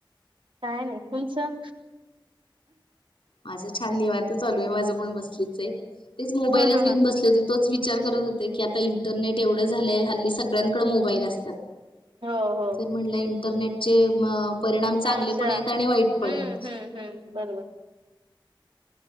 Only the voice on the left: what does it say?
माझं छान निवांत चालू आहे माझं पण बसलीच आहे तेच मोबाईलच
घेऊन बसले होते. तोच विचार करत होते की आता इंटरनेट एवढं झालंय हल्ली सगळ्यांकड मोबाईल असतात.
तर म्हटलं इंटरनेटचे म. परिणाम
चांगले पण आहेत
आणि वाईट पण आहेत.